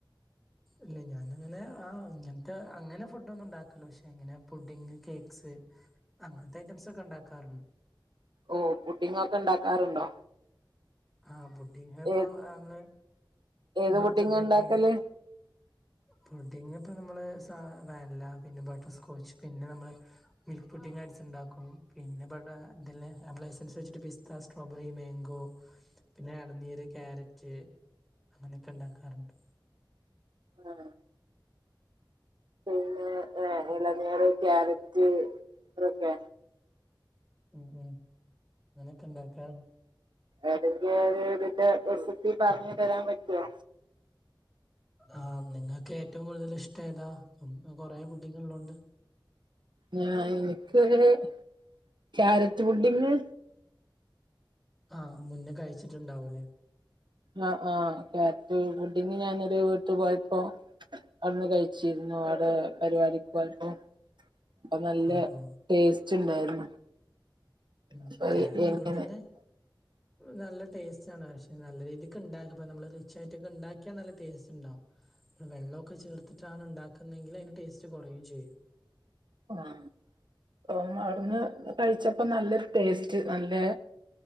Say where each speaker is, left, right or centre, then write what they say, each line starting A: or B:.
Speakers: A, in the centre; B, on the right.
A: ഇല്ല ഞാനങ്ങനെ ആ ഇങ്ങനത്തെ അങ്ങനെ ഫുഡ് ഒന്നും ഉണ്ടാക്കില്ല പക്ഷെ എങ്ങനെ പുഡിങ് കേക്ക്സ് അങ്ങനത്തെ ഐറ്റംസ് ഒക്കെ ഉണ്ടാക്കാറുണ്ട്
B: ഓ പുഡിങ്ങ് ഒക്കെ ഉണ്ടാക്കാറുണ്ടോ
A: ആഹ് പുഡിങ് ഇപ്പൊ
B: ഏ
A: നമ്മള്
B: ഏത്
A: അപ്പ
B: പുഡിംഗ്
A: വെഡ്ഡിങ്
B: ഉണ്ടാക്കല്
A: പുഡിങ് ഇപ്പ നമ്മള് സ വാനല പിന്നെ ബട്ടർസ്കോച്ച് പിന്നെ നമ്മള് മിൽക്ക് പുട്ടിങ്ങ് ആയിസ് ഉണ്ടാക്കും പിന്നെ ഇവട ഇതില് എസൻസ് വെച്ചിട്ട് പിസ്ത സ്ട്രോബെറി മാങ്കോ പിന്നെ ഇളനീര് ക്യാരറ്റ് അങ്ങനെയൊക്കെ ഉണ്ടാക്കാറുണ്ട്
B: ആണ പിന്നെ ഏഹ് ഇളനീര് ക്യാരറ്റ് ഇതൊക്കെ
A: ഉം ഉം അങ്ങനൊക്കെ ഉണ്ടാക്കാറുണ്ട്
B: എതിന്റെ ഒരു ഇതിന്റെ റെസിപ്പി പറഞ്ഞു തരാൻ പറ്റുവോ
A: ആഹ് നിങ്ങൾക്ക് ഏറ്റവും കൂടുതൽ ഇഷ്ടം ഏതാ കൊറെ പുഡിങ് ഉള്ളോണ്ട്
B: ഞാ എനിക്ക് അങ്ങനെ ക്യാരറ്റ് പുഡിങ്
A: ആഹ് മുന്നേ കഴിച്ചിട്ടുണ്ടാവൂലേ
B: ആഹ് ആഹ് ക്യാരറ്റ് പുഡിങ് ഞാനൊരു വീട്ടി പോയപ്പോ അവിടുന്ന് കഴി ച്ചിരുന്നു അവിടെ പരിപാടിക്ക്പോയപ്പോ അപ്പൊ നല്ല
A: ആ ആ
B: ടേസ്റ്റ് ഉണ്ടായിരുന്നു
A: ഉം
B: അപ്പൊ
A: ക്യാരറ്റ്
B: എങ്ങനെ
A: പുഡിങ് നല്ല ടേസ്റ്റ് ആണ് പക്ഷെ നല്ല രീതിക്ക് ഉണ്ടാക്കും ഇപ്പ നമ്മള് റിച്ചാ യിട്ടൊക്കെ ഉണ്ടാക്കിയാൽ നല്ല ടേസ്റ്റ് ഉണ്ടാവും വെള്ളമൊക്കെ ചേർത്തിട്ടാണ് ഉണ്ടാക്കുന്നതെങ്കില് അതിന്റെ ടേസ്റ്റ് കുറയുകയും ചെയ്യും
B: ആഹ് അവിടുന്ന് കഴിച്ചപ്പോ നല്ലൊരു ടേസ്റ്റ് നല്ലെ